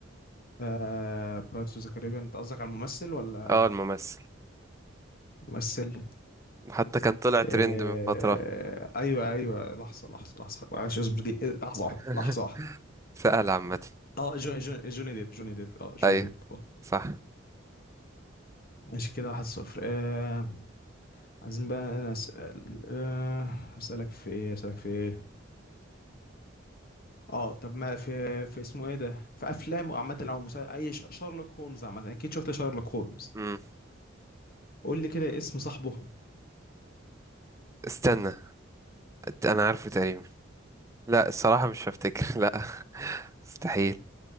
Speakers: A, on the left (about 50°); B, on the right (about 15°).
A: آه بيرتس اوف ذا كاريبيان انت قصدك على الممثل ولا
B: اه الممثل
A: ممثل
B: حتى كان طلع ترند
A: آه
B: من فترة
A: ايوه ايوه لحظة لحظة لحظة معلش اصبر دي إيه، لحظة واحدة
B: <laughs>
A: لحظة واحدة
B: سهل عامة
A: اه جون جون جوني ديب جوني ديب اه جوني
B: أيوه
A: ديب خلاص
B: صح
A: ماشي كده واحد صفر آه عايزين بقى انا اسال آه اسالك في ايه اسالك في ايه اه طب ما في في اسمه ايه ده في افلام عامه او مسا... اي ش... شارلوك هولمز عامه اكيد شفت شارلوك هولمز
B: مم.
A: قول لي كده اسم صاحبه
B: استنى أنا عارفه تقريبا لا الصراحة مش هفتكر <laughs> لا مستحيل